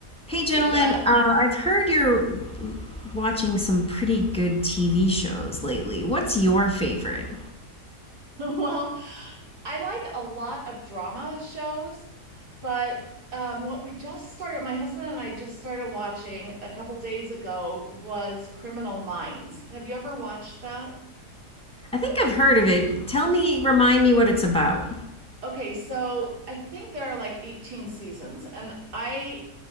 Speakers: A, in the centre; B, on the right (about 70°).
A: Hey, gentlemen,
B: Hey Beth. <laughs>
A: uh, I've heard you're watching some pretty good TV shows lately. What's your favorite?
B: Well, I like a lot of drama shows, but um, what we just started, my husband and I just started watching a couple days ago was Criminal Minds. Have you ever watched that?
A: I think I've heard of it. Tell me, remind me what it's about.
B: Okay, so I think there are like 18 seasons, and I